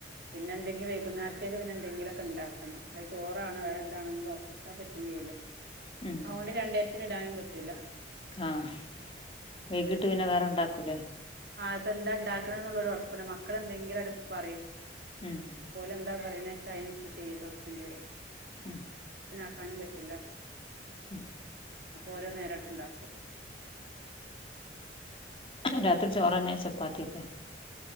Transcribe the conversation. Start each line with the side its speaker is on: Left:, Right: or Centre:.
Right: പിന്നെ എന്തെങ്കില വൈകുന്നേരത്തേക്ക് പിന്നെ എന്തെങ്കിലൊക്കെ ഉണ്ടാക്കണം അത് ചോറാണോ വേറെ എന്താന്ന് ഉറപ്പാൻ പറ്റണില്ല
Left: ഉം
Right: അതുകണ്ട് രണ്ടായിരത്തിന് ഇടാനും പറ്റൂല്ല
Left: ആഹ് വൈകിട്ട് പിന്നെ വേറെ ഉണ്ടാക്കൂലേ
Right: ആഹ ഇപ്പൊ എന്താ ഉണ്ടാക്കണ എന്നുള്ളരു ഉറപ്പന്ന മക്കള എന്തെങ്കിലും പറയും
Left: ഉം
Right: ഓലെന്താ പറയുന്നത്ച്ച അതിനനുസരിച്ച് ചെയ്ത് കൊടുക്കേണ്ടി വരും
Left: ഉം
Right: ക്കാനും പറ്റില്ല
Left: ഉ
Right: അപ്പൊ ഓരോ നേരമായിട്ട് ഉണ്ടാക്കും
Left: രാത്രി ചോറ് തന്നെ ചപ്പാത്തിയൊക്കെ